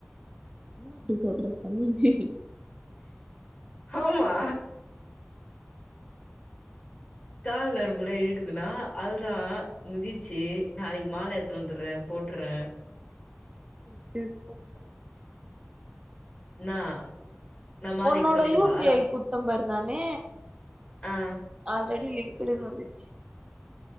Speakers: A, on the right (about 20°); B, on the left (about 30°).
A: ஏ அப்டி சொல்ற சனியனே
B: ஆமா கால் நரம்ப்லா இழுக்குதுன்னா அதுதா முட்சிச்சு நாளைக்கு மால எட்த்துனு வந்துட்றே போட்டுறே
A: சேரி சேரி போட்ரு
B: என்னா நான் மாலைக்கு
A: ஒன்னோட
B: சொல்லிடவா?
A: யூ பி ஐ குத் த்தே பாரு நானு
B: ஆ.
A: ஆல்ரெடி லிங்குடுன்னு வந்துச்சு